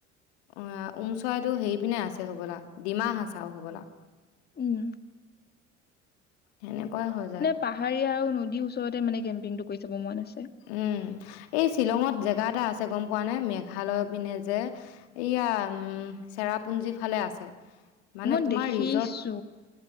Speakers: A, on the left (about 60°); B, on the left (about 25°).
A: অ' ওমচৰাইটো হেৰি পিনে আছে হ'বলা, ডিমাহাচাও হ'বলা।
B: উম
A: তেনেকুৱাই হৈ যায়।
B: পাহাৰী আৰু নদীৰ ওচৰতে মানে কেম্পিং টো কৰি চাব মন আছে।
A: উম, এই শ্বিলঙত জেগা এটা আছে গম পোৱা নে, মেঘালয় পিনে যে এইয়া চেৰাপুঞ্জী ফালে আছে। মানে
B: মই
A: তোমাৰ
B: দেখিছো
A: ৰিজৰ্ট